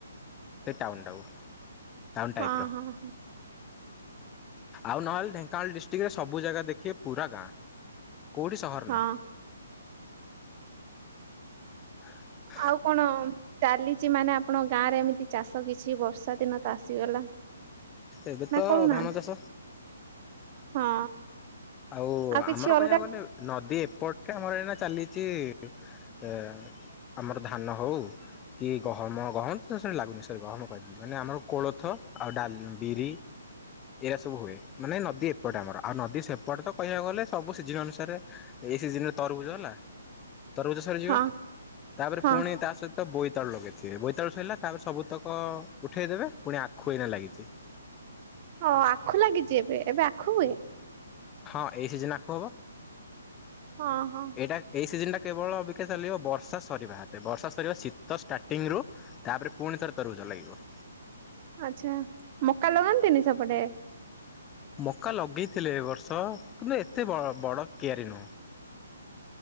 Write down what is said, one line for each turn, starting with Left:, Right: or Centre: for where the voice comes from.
Left: ସେ ଟାଉନଟାକୁ। ଟାଉନ୍ ଟାଇପର
Right: ହଁ ହଁ।
Left: ଆଉ ନହେଲେ ଢେଙ୍କାନାଳ ଡିଷ୍ଟ୍ରିକ୍ଟରେ ସବୁ ଜାଗା ଦେଖିବେ ପୁରା ଗାଁ କୋଉଠି ସହର
Right: ହଁ
Left: ନୁହଁ। <inaudible>
Right: ଆଉ କଣ ଚାଲିଚି ମାନେ ଆପଣଙ୍କ ଗାଁରେ ଏମିତି ଚାଷ କିଛି ବର୍ଷାଦିନତ ଆସିଗଲା?
Left: ଏବେ
Right: ନା
Left: ତ
Right: କରୁନାହାନ୍ତି
Left: ଧାନ ଚାଷ
Right: ହଁ।
Left: ଆଉ
Right: କିଛି
Left: ଆମର
Right: ଅଲଗା
Left: କହିଆକୁ ଗଲେ ନଦୀ ଏପଟଟା ଆମର ଏଇନା ଚାଲିଚି, ଅଁ ଆମର ଧାନ ହଉ କି ଗହମ ଗହମ ତ ସେଲାଗୁନି ସରି ଗହମ କହିଦେଲି ମାନେ ଆମର କୋଳଥ ଆଉ ଡା ବିରି ଏଇରା ସବୁ ହୁଏ ମାନେ ନଦୀ ଏପଟେ ଆମର ଆଉ ନଦୀ ସେପ ଏପଟେତ କହିବାକୁ ଗଲେ ସବୁ ସିଜିନ ଅନୁସାରେ ଏଇ ସିଜିନରେ ତରଭୁଜ ହେଲା ତରଭୂଜ ସରିଯିବ
Right: ହଁ
Left: ତାପରେ
Right: ହଁ
Left: ପୁଣି ତାସହି ତ ବୋଇତାଳୁ ଲଗେଇଥିବେ ବୋଇତାଳୁ ସଇଲା ତାପରେ ସବୁତକ ଉଠେଇଦେବେ ପୁଣି ଆଖୁ ଏଇନା ଲାଗିଚି।
Right: ହଁ ଆଖୁ ଲାଗିଚି ଏବେ ଏବେ ଆଖୁ ହୁଏ?
Left: ହଁ ଏଇ ସିଜନରେ ଆଖୁ ହବ।
Right: ହଁ ହଁ।
Left: ଏଇଟା ଏଇ ସିଜନଟା କେବଳ ଅବିକା ଚାଲିବ ବର୍ଷା ସରିବା ହାତେ ବର୍ଷା ସରିବା ଶୀତ ଷ୍ଟାର୍ଟିଙ୍ଗରୁ ତାପରେ ପୁଣି ଥରେ ତରଭୂଜ ଲାଗିବ।
Right: ଆଚ୍ଛା ମକା ଲଗାନ୍ତିନି ସେପଟେ?
Left: ମକା ଲଗେଇଥିଲେ ଏବର୍ଷ କିନ୍ତୁ ଏତେ ବ ବଡ଼ କିଆରି ନୁହଁ।